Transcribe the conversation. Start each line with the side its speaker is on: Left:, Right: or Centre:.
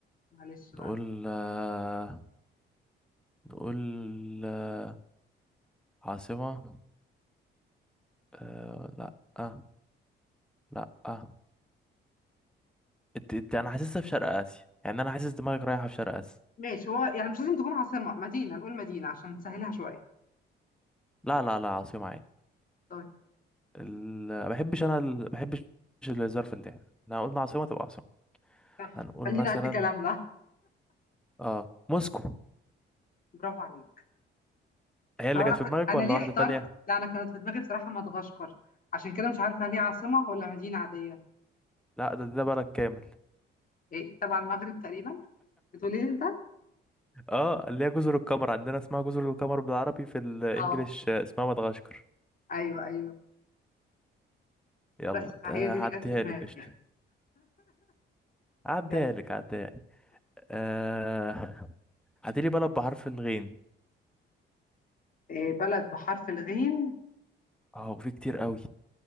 Left: معلش
Centre: نقول
Left: بقى
Centre: آه، نقول آه، عاصمة آه، لا آه، لا آه. انت انت- انا حاسسها في شرق اسيا يعني انا حاسس دماغك رايحة في شرق اسيا
Left: ماشي هو يعني مش لازم تكون عاصمة مدينة نقول مدينة عشان نسهلها شوية
Centre: لا لا لا عاصمة عادي
Left: طيب
Centre: ال... ما بحبش انا ال... ما بحبش الظرف اللام احنا قلنا عاصمة تبقى عاصمة
Left: يلا،
Centre: هنقول
Left: خلينا
Centre: مثلا
Left: قد كلامنا
Centre: اه موسكو
Left: برافو عليك
Centre: هي اللي
Left: طب انا
Centre: كانت في
Left: كنت
Centre: دماغك
Left: انا
Centre: ولا
Left: ليه
Centre: واحدة
Left: احترت
Centre: تانية
Left: لا انا كانت في دماغي بصراحة مدغشقر عشان كده مش عارفة هل هي عاصمة ولا مدينة عادية
Centre: لا ده ده بلد كامل <laughs>
Left: إيه تبع المغرب تقريبا بتقولي لي انت
Centre: اه اللي هي جزر القمر عندنا اسمها جزر القمر بالعربي في الانجليش
Left: اه
Centre: اسمها مدغشقر
Left: ايوه ايوه
Centre: يلا
Left: بس فهي
Centre: ده
Left: دي
Centre: هعديها
Left: اللي كانت في دماغي
Centre: لك قشطة
Left: يعني
Centre: هعديها
Left: يلا.
Centre: لك هعديها لك آه... هاتي لي بلد بحرف الغين
Left: إيه بلد بحرف الغين
Centre: اه وفي كتير قوي